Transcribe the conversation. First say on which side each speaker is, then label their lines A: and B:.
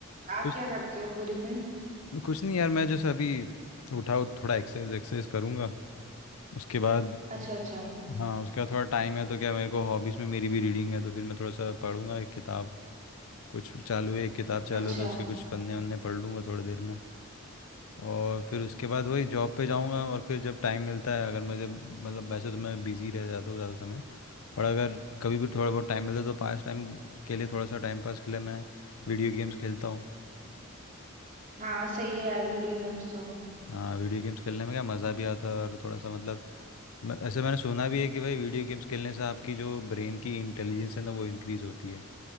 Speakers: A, on the right; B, on the left.
A: आप
B: कुछ
A: क्या करते हो पूरे दिन
B: कुछ नहीं यार मैं जैसे अभी उठा हूँ, थोड़ा एक्सरसाइज एक्सरसाइज करूँगा उसके बाद
A: अच्छा अच्छा
B: हाँ उसके बाद थोड़ा टाइम है तो क्या मेरे को हॉबीज़ में मेरी भी रीडिंग है तो फिर मैं थोड़ा सा पढ़ूंगा एक किताब कुछ चालू है एक किताब चालू
A: अच्छा
B: है तो उसके कुछ पन्ने वन्ने पढ़ लूँगा थोड़ी देर में और फिर उसके बाद वही जॉब पे जाऊँगा और फिर जब टाइम मिलता है अगर मुझे मतलब वैसे तो मैं बिज़ी रह जाता हूँ ज़्यादा समय पर अगर कभी भी थोड़ा बहुत टाइम मिलता है तो पास टाइम के लिए थोड़ा सा टाइम पास के लिए मैं वीडियो गेम्स खेलता हूँ
A: हाँ सही है यार वीडियो गेम्स तो
B: हाँ वीडियो गेम्स खेलने में क्या मज़ा भी आता है और थोड़ा सा मतलब मैं- ऐसे मैंने सुना भी है कि भाई वीडियो गेम्स खेलने से आपकी जो ब्रेन की इंटेलिजेंस है ना वो इंक्रीज़ होती है